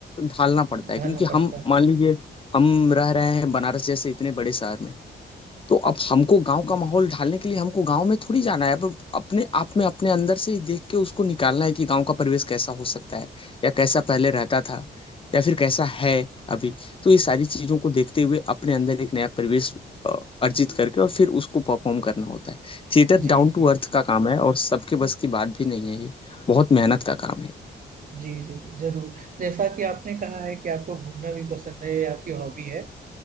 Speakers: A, on the left (about 25°); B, on the right (about 45°).
A: ढालना पड़ता है
B: ढालना
A: क्योंकि
B: पड़ता
A: हम
B: है
A: मान लीजिए हम रह रहे हैं बनारस जैसे इतने बड़े शहर में तो अब हमको गांव का माहौल ढालने के लिए हमको गांव में थोड़ी जाना है अब अपने आप में अपने अंदर से ही देख के उसको निकालना है कि गांव का परिवेश कैसा हो सकता है या कैसा पहले रहता था या फिर कैसा है अभी तो ये सारी चीजों को देखते हुए अपने अंदर एक नया परिवेश अ, अर्जित करके और फिर उसको परफॉर्म करना होता है थिएटर
B: जी
A: डाउन टू
B: जी
A: अर्थ का काम है और सबके बस की बात भी नहीं है ये बहुत मेहनत का काम है
B: जी जी जरूर जैसा कि आपने कहा है कि आपको घूमना भी पसंद है ये आपकी हॉबी है